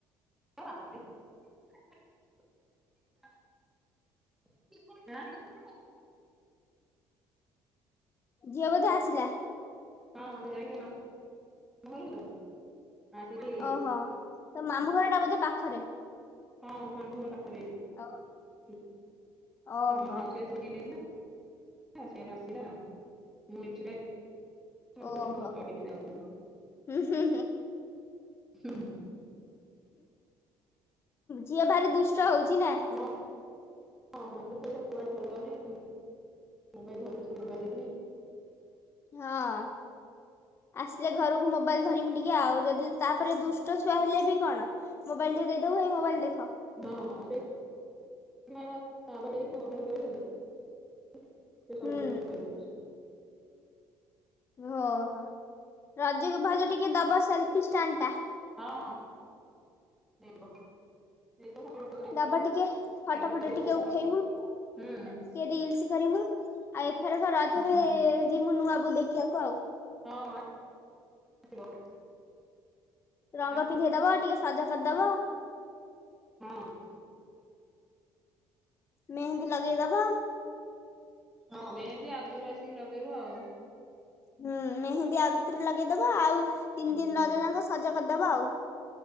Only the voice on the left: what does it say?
ଝିଅ ବୋଧେ ଆସିଲା।
ଓହୋ, ତ ମାମୁଁ ଘର ଟା ବୋଧେ ପାଖରେ?
ଓ
ଓହୋ
ଓହୋ
ହୁଁ ହୁଁ
ଝିଅ ଭାରି ଦୁଷ୍ଟ ହେଉଛି ନା।
ହଁ ଆସିଲେ ଘରକୁ ମୋବାଇଲ ଧରିମି ଟିକେ ଆଉ ଯଦି ତା ତାପରେ ଦୁଷ୍ଟ ଛୁଆ ହେଲେବି କଣ ମୋବାଇଲ୍ ଟିକେ ଦେଇଦବୁ ହେଇ ମୋବାଇଲ୍ ଦେଖ।
ହୁଁ
ଓହୋ ରଜକୁ ଭାଉଜ ଟିକେ ଦବ ସେଲ୍ଫି ଷ୍ଟାଣ୍ଡେଟା?
ଦବ ଟିକେ
ଫଟୋ ଫଟୋ ଟିକେ ଉଠେଇମୁ
ଟିକେ ରିଲ୍ସ୍ କରିମୁ ଆଉ ଏଥରକ ରଜରେ
ଯିମୁ ନୂଆ ବୋଉ ଦେଖିବାକୁ ଆଉ।
ରଙ୍ଗ
ପିନ୍ଧେଇଦବ ଟିକେ ସଜ କରିଦବ।
ମେହେନ୍ଦୀ ଲଗେଇ ଦବ।
ହୁଁ ମେହେନ୍ଦୀ ଆଗୁତୁରା ଲଗେଇଦବ ଆଉ ତିନି
ଦିନ ରଜ ଯାକ ସଜ କରିଦବ ଆଉ।